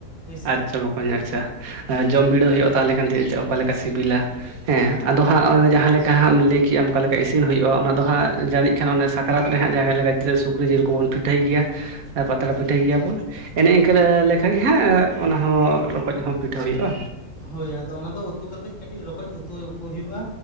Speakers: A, on the left; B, on the right.
A: ᱦᱳᱭᱥᱮ
B: ᱟᱪᱪᱷᱟ ᱵᱚᱠᱚᱧ ᱟᱪᱪᱷᱟ ᱡᱚᱢ ᱵᱤᱲᱟᱹᱣ ᱦᱩᱭᱩᱜᱼᱟ ᱛᱟᱦᱚᱞᱮ ᱠᱷᱟᱱ ᱚᱠᱟᱞᱮᱠᱟ ᱥᱤᱵᱤᱞᱟ ᱦᱮᱸ ᱟᱫᱚ ᱦᱟᱸᱜ ᱡᱟᱦᱟᱸ ᱞᱮᱠᱟ ᱦᱟᱸᱜ ᱞᱟᱹᱭ ᱠᱮᱜᱼᱟᱢ ᱚᱠᱟ ᱞᱮᱠᱟ ᱤᱥᱤᱱ ᱦᱩᱭᱩᱜᱼᱟ ᱚᱱᱟ ᱫᱚ ᱦᱟᱸᱜ ᱡᱟᱹᱱᱤᱡ ᱠᱷᱟᱱᱮ ᱚᱱᱮ ᱥᱟᱠᱨᱟᱛ ᱨᱮ ᱦᱟᱜ ᱡᱟᱦᱟᱸ ᱞᱮᱠᱟ ᱡᱮ ᱥᱩᱠᱨᱤ ᱡᱤᱞ ᱠᱚᱵᱚᱱ ᱯᱤᱷᱟᱹᱭ ᱜᱮᱭᱟ ᱯᱟᱛᱲᱟ ᱯᱤᱴᱷᱟᱹᱭ ᱜᱮᱭᱟᱵᱚᱱ ᱮᱱᱮ ᱤᱱᱠᱟᱹ ᱞᱮᱠᱷᱟ ᱜᱮ ᱦᱟᱸᱜ ᱚᱱᱟ ᱦᱚᱸ ᱨᱚᱠᱚᱡ ᱦᱚᱸ ᱯᱤᱴᱷᱟᱹ ᱦᱩᱭᱩᱜᱼᱟ᱾
A: ᱦᱳᱭ ᱟᱫᱚ ᱚᱱᱟ ᱫᱚ ᱩᱛᱩ ᱠᱟᱛᱮᱜ ᱠᱟᱹᱴᱤᱡ ᱨᱚᱠᱚᱡ ᱩᱛᱩ ᱦᱩᱭᱩᱜᱼᱟ